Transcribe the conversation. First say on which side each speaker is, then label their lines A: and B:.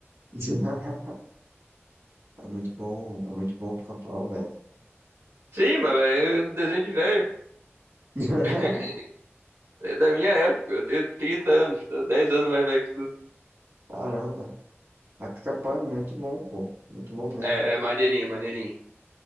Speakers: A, on the right; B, on the right.
A: <laughs> É muito bom, é muito bom o pica-pau, velho.
B: Sim, mas é um desenho de velho.
A: <laughs>
B: <laughs> É da minha época, eu tenho 30 anos, tô 10 anos mais velho que tu.
A: Caramba, a pica-pau é muito bom, pô. Muito bom mesmo.
B: É, é maneirinho, é maneirinho.